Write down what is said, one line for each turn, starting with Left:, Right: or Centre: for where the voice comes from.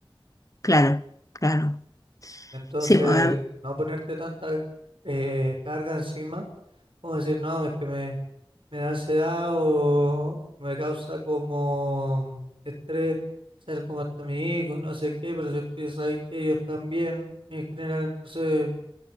Left: Claro, claro.
Right: Entonces,
Left: Sí, pues, eh,
Right: no ponerte tanta eh, carga encima, como decir, no, es que me... Me da ansiedad o me causa como mm, estrés ser como está mi hijo y no sé qué, pero si tú ya sabes que ellos están bien en general, entonces